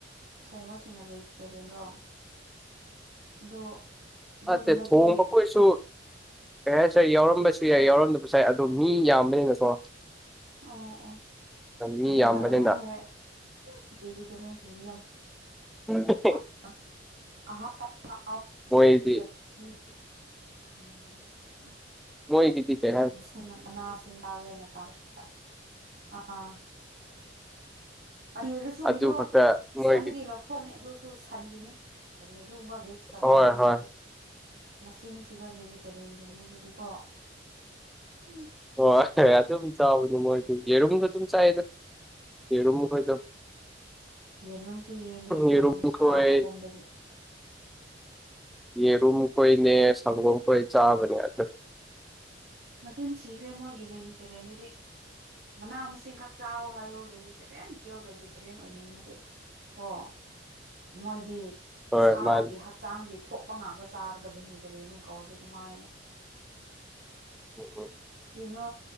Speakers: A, on the right (about 55°); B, in the centre.
A: ꯊꯣꯡꯕꯁꯤꯡꯅ ꯚꯦꯖꯤꯇꯦꯔꯤꯌꯟꯔꯣ ꯑꯗꯣ ꯑꯗꯨꯒꯨꯝꯕꯗꯤ
B: ꯅꯠꯇꯦ ꯊꯣꯡꯕꯥ ꯈꯣꯏ ꯁꯨ ꯀꯩ ꯍꯥꯏꯁꯤꯔꯥ ꯌꯥꯎꯔꯝꯕꯁꯨ ꯌꯥꯏ ꯌꯥꯎꯔꯝꯗꯕꯁꯨ ꯌꯥꯏ ꯑꯗꯣ ꯃꯤ ꯌꯥꯝꯕꯅꯤꯅꯀꯣ
A: ꯑꯣ ꯑꯣ
B: ꯃꯤ
A: ꯀꯔꯤꯔ
B: ꯌꯥꯝꯕꯅꯤꯅ
A: ꯑꯦ ꯕꯤꯖꯤꯇꯦꯔꯤꯌꯟ ꯁꯤꯡꯗꯤ ꯌꯥꯝ
B: <unintelligible>
A: <unintelligible>
B: ꯃꯣꯏꯗꯤ
A: <unintelligible>
B: ꯃꯣꯏꯒꯤꯗꯤꯒꯦꯔꯥ
A: ꯃꯁꯤꯡ ꯃꯅꯥ <unintelligible> ꯑꯥ ꯄꯅꯤꯔꯔꯁꯨꯨ
B: ꯑꯗꯨ
A: ꯀꯩꯅꯣ
B: ꯈꯛꯇ ꯃꯣꯏꯒꯤ
A: ꯁꯟꯗꯒꯤ ꯂꯧ ꯊꯣꯅꯤ ꯑꯗꯨꯁꯨ ꯁꯟꯒꯤꯅꯤ ꯀꯔꯤ ꯑꯗꯨꯒꯨꯝꯕ ꯕꯦꯖꯇꯣ
B: ꯍꯣꯏ
A: ꯀꯥꯎꯕ
B: ꯍꯣꯏ
A: ꯌꯥꯗꯦ ꯊꯤ ꯃꯆꯤꯡ ꯊꯤꯕ ꯚꯦꯖꯤꯇꯦꯔꯤꯌꯟꯁꯤꯡꯅꯤ ꯑꯗꯨꯗꯤꯀꯣ ꯍꯨꯡ
B: ꯍꯣꯏ ꯑꯗꯨꯝ ꯆꯥꯕꯅꯦ ꯃꯣꯏꯗꯤ ꯌꯦꯔꯨꯝꯖꯨ ꯑꯗꯨꯝ ꯆꯥꯏꯗ ꯌꯦꯔꯨꯝ ꯃꯈꯣꯏꯗꯣ
A: ꯌꯦꯟꯔꯨꯝꯁꯨ ꯌꯦꯟꯗꯒꯤ ꯊꯣꯛꯄꯅꯦ
B: ꯌꯦꯔꯨꯝ
A: ꯁꯥ
B: ꯈꯣꯏ
A: ꯃꯄꯨꯝꯗꯒꯤ꯫
B: ꯌꯦꯔꯨꯝ ꯈꯣꯏꯅꯦ ꯁꯪꯒꯣꯝ ꯈꯣꯏ ꯆꯥꯕꯅꯦ ꯑꯗꯨ
A: ꯃꯆꯤꯟ ꯊꯤꯈ꯭ꯔꯦ ꯃꯣꯏꯒꯤ ꯚꯦꯖꯤꯇꯦꯔꯤꯌꯟꯗꯨꯗꯤ ꯃꯅꯥ ꯃꯁꯤꯡꯈꯛ ꯆꯥꯎ ꯍꯥꯏꯌꯣ ꯚꯦꯖꯤꯇꯦꯔꯤꯌꯟ ꯄꯤꯌꯣꯔ ꯚꯦꯖꯤꯇꯦꯔꯤꯌꯟ ꯑꯣꯏꯅꯤꯡꯉꯗꯤ ꯀꯣ꯫ ꯃꯣꯏꯗꯤ
B: ꯍꯣꯏ
A: ꯁꯥꯒꯤ
B: ꯃꯥꯅꯤ
A: ꯍꯛ ꯆꯥꯡꯗꯤ ꯊꯣꯛꯄ ꯉꯥꯛꯇ ꯆꯥꯔꯒ ꯚꯤꯖꯤꯇꯔꯤꯌꯟꯅꯤ ꯀꯧꯔꯗꯤ ꯀꯃꯥꯏꯅ꯫
B: ꯎꯝ ꯎꯝ
A: ꯔꯤꯅꯣ